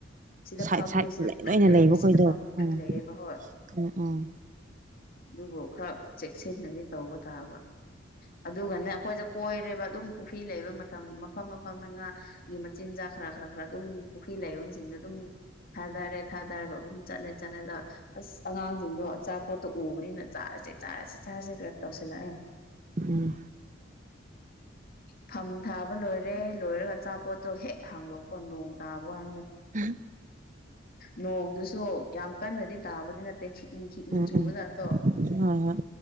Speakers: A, on the left (about 50°); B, on the right (about 40°).
A: ꯁꯤꯗ
B: ꯁꯥꯏꯠ
A: ꯐꯝꯃꯦ
B: ꯁꯥꯏꯠ
A: ꯁꯤꯗ ꯄꯨꯈ꯭ꯔꯤ
B: ꯂꯣꯏꯅ
A: ꯂꯩꯔꯦ
B: ꯂꯩꯕꯈꯣꯏꯗꯣ
A: ꯁꯤꯗ ꯐ ꯕꯤꯠꯪꯥ
B: ꯎꯝ
A: ꯂꯩꯌꯦꯕ ꯍꯣꯏ
B: ꯎꯝ ꯎꯝ
A: ꯑꯗꯨꯕꯨ ꯈꯔ ꯆꯦꯛꯁꯤꯟꯅꯗꯤ ꯇꯧꯕ ꯇꯥꯕ ꯑꯗꯨꯒꯅꯦ ꯑꯩꯈꯣꯏꯗ ꯀꯣꯏꯔꯦꯕ ꯑꯗꯨꯝ ꯄꯨꯈ꯭ꯔꯤ ꯂꯩꯕ ꯃꯇꯝ ꯃꯐꯝ ꯃꯐꯝꯗ ꯉꯥ ꯒꯤ ꯃꯆꯤꯟꯖꯥꯛ ꯈꯔ ꯈꯔ ꯈꯔ ꯑꯗꯨꯝ ꯄꯨꯈ꯭ꯔꯤ ꯂꯥꯏꯕꯝꯁꯤꯡꯗ ꯑꯗꯨꯝ꯫ ꯊꯥꯗꯔꯦ ꯊꯥꯗꯔꯒꯨꯝ ꯆꯠꯂꯦ꯫ ꯆꯠꯂꯦꯗꯣ ꯑꯁ ꯑꯉꯥꯡꯁꯤꯡꯗꯣ ꯑꯆꯥꯄꯣꯠꯇꯣ ꯎꯕꯅꯤꯅ ꯆꯥꯔꯁꯦ ꯆꯥꯔꯁꯦ ꯆꯥꯔꯁꯦ꯫ ꯇꯧꯁꯤꯜꯂꯛꯌꯦ
B: ꯎꯝ ꯎꯝ
A: ꯐꯝ ꯊꯥꯕ ꯂꯣꯏꯔꯦ ꯂꯣꯏꯔꯒ ꯑꯆꯥꯄꯣꯠꯇꯣ ꯍꯦꯛ ꯍꯥꯡꯗꯣꯛꯄ ꯅꯣꯡ ꯇꯥꯕ ꯋꯥꯥꯟꯗ
B: ꯎꯝ
A: ꯅꯣꯡꯗꯨꯁꯨ ꯌꯥꯝ ꯀꯟꯅꯗꯤ ꯇꯥꯕꯗꯤ ꯅꯠꯇꯦ ꯈꯤꯛꯂꯤ ꯈꯤꯛꯂꯤ
B: ꯎꯝ
A: ꯆꯨꯕ
B: ꯎꯝ
A: ꯖꯠꯇꯣ
B: ꯍꯣꯏ ꯍꯣꯏ